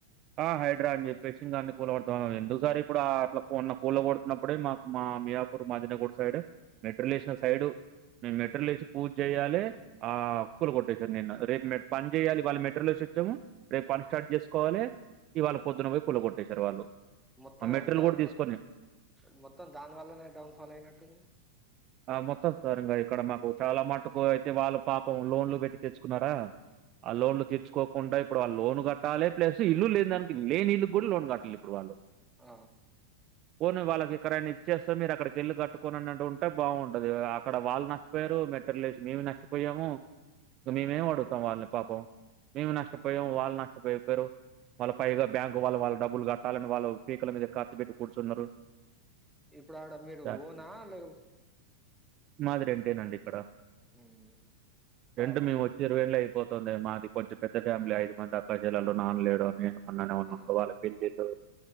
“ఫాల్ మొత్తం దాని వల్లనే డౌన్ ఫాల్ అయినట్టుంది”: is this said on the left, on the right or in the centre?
Centre